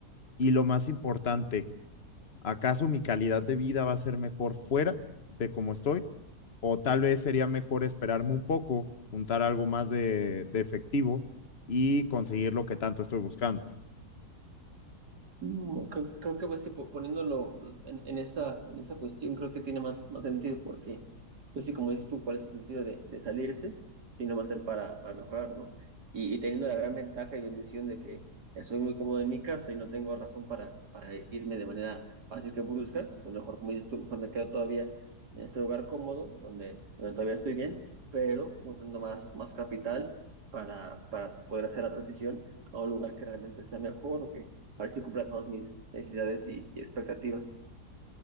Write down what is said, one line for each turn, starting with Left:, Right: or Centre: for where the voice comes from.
Left: Y lo más importante, ¿acaso mi calidad de vida va a ser mejor fuera de cómo estoy? O tal vez sería mejor esperarme un poco, juntar algo más de, de efectivo y conseguir lo que tanto estoy buscando.
Right: No, creo, creo que pues sí, po- poniéndolo en, en esa, en esa cuestión, creo que tiene más, más sentido porque, pues sí, como dices tú, ¿cuál es el sentido de, de salirse? Si no va a ser para, para mejorar, ¿no? Y, y teniendo la gran ventaja y bendición de que estoy muy cómodo en mi casa y no tengo razón para, para irme de manera fácil que brusca, pues mejor, como dices tú, mejor me quedo todavía en este lugar cómodo, donde, donde todavía estoy bien, pero juntando más, más capital para, para poder hacer la transición a un lugar que realmente sea mejor o que para ver si cumpla todas mis necesidades y, y expectativas.